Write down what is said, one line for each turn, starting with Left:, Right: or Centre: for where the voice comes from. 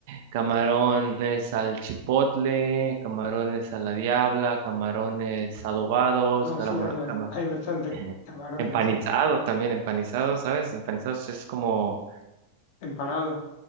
Right: Camarones al chipotle, camarones a la diabla, camarones adobados,
Left: No,
Right: carama-
Left: sí, hay, ba-
Right: cama-
Left: hay bastantes
Right: <laughs>
Left: camarones,
Right: empanizados
Left: sí.
Right: también, empanizados, ¿sabes? Empanizados es como,
Left: Empanados,